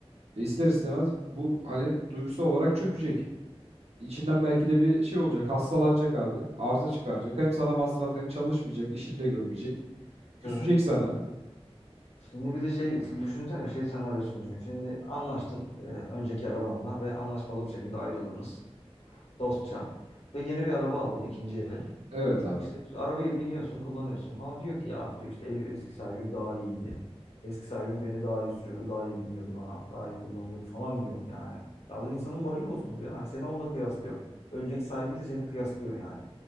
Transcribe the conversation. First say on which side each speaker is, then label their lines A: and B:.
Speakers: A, on the right (about 75°); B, on the left (about 80°).
A: e ister istemez bu hani duygusal olarak çökecek. İçinden belki de bir şey olacak. Hastalanacak abi. Arıza çıkaracak. Hem sana masraf hem çalışmayacak. işini de görmeyecek. Küsecek
B: Evet.
A: sana.
B: Şimdi bir de şey düşünsene şey senaryosunu düşün. Şimdi anlaştın e, önceki arabanla ve anlaşmalı bir şekilde ayrıldınız. dostça ve yeni bir araba alın ikinci el.
A: Evet abi.
B: İşte arabayı biniyorsun, kullanıyorsun falan. Diyor ki ya diyor işte ev, eski sahibim daha iyiydi. Eski sahibim beni daha iyi sürüyordu, daha iyi biniyordu bana, daha iyi kullanıyordu falan diyor yani. Ya da insanın morali bozulur ya. Hani seni onunla kıyaslıyor. Önceki sahibiyle seni kıyaslıyor yani.